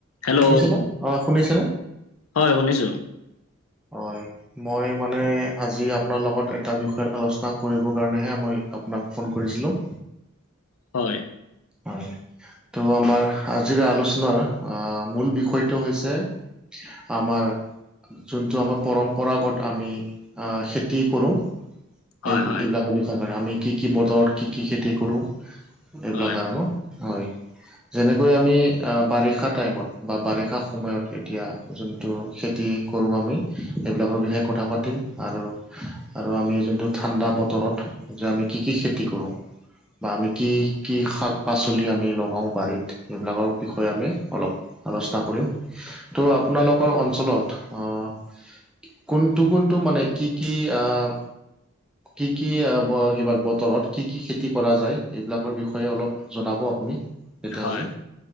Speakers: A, on the left; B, in the centre.
A: Hello
B: শুনিছেনে, অ', শুনিছেনে?
A: হয়', শুনিছোঁ।
B: হয়। মই মানে আজি আপোনাৰ লগত এটা বিষয়ত আলোচনা কৰিব কাৰণে হে মই আপ', তোমাক ফোন কৰিছিলোঁ',
A: হয়।
B: হয়, ত' আমাৰ আজিৰ আলোচনাৰ আহ মূল বিষয়টো হৈছে আমাৰ যোনটো আমাৰ পৰম্পৰাগত আমি খেতি কৰোঁ।
A: হয়
B: এই
A: হয়
B: এইবিলাকৰ বিষয় মানে, আমি কি কি বতৰত কি কি খেতি কৰো এইবিলাক
A: হয়
B: আৰু ন। হয়। যেনেকৈ আমি বাৰিষা টাইমত বা বাৰিষা সময়ত, এতিয়া যোনটো খেতি- কৰোঁ আমি সেইবিলাকৰ বিষয়ে কথা পাতিম, আৰু আৰু আমি যোনটো ঠাণ্ডা বতৰত যে, আমি কি কি খেতি কৰোঁ। বা আমি কি? শাক পাচলি আমি লগাওঁ বাৰীত এইবিলাকৰ বিষয়ে আমি অলপ আলোচনা কৰিম। ত' আপোনালোকৰ অঞ্চলত আহ কোনটো কোনটো মানে কি কি আহ। কি কি অ ব বতৰত কি কি খেতি কৰা যায় এইবিলাকৰ বিষয়ে। ষয়ে অলপ জনাব আপুনি তেতিয়াহ'লে
A: হয়,